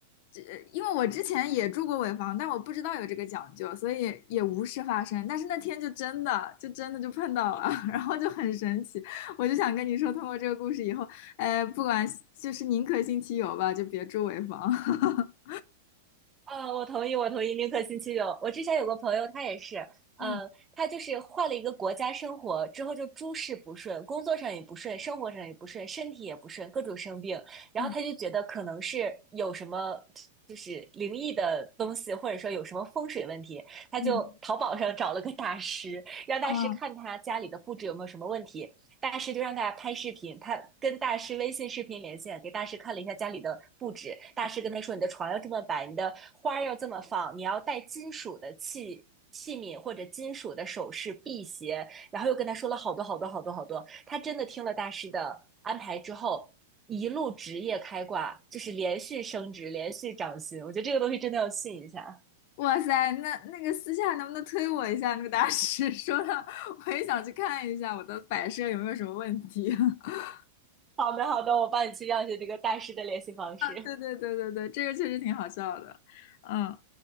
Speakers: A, on the left; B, on the right.
A: 这，因为我之前也住过尾房，但我不知道有这个讲究，所以也无事发生。但是那天就真的，就真的就碰到了，<laughs> 然后就很神奇。我就想跟你说，通过这个故事以后，哎，不管就是宁可信其有吧，就别住尾房。<laughs>
B: 啊，我同意，我同意，宁可信其有。我之前有个朋友，他也是，呃，
A: 嗯
B: 他就是换了一个国家生活之后，就诸事不顺，工作上也不顺，生活上也不顺，身体也不顺，各种生病。然后他就觉得可能是有什么
A: 嗯
B: 就是灵异的东西，或者说有什么风水问题，他就淘宝上找了个大师，
A: 嗯，
B: 让大师看他家里的布置有没有什么问题。
A: 啊，
B: 大师就让大家拍视频，他跟大师微信视频连线，给大师看了一下家里的布置。大师跟他说：“你的床要这么摆，你的花要这么放，你要带金属的器器皿或者金属的首饰、辟邪。”然后又跟他说了好多好多好多好多。他真的听了大师的安排之后，一路职业开挂，就是连续升职，连续涨薪。我觉得这个东西真的要信一下。
A: 哇塞，那那个私下能不能推我一下那个大师？<laughs> 说的我也想去看一下我的摆设有没有什么问题。<laughs>
B: 好的，好的，我帮你去要一下这个大师的联系方式。
A: 对对对对对，这个确实挺好笑的。嗯。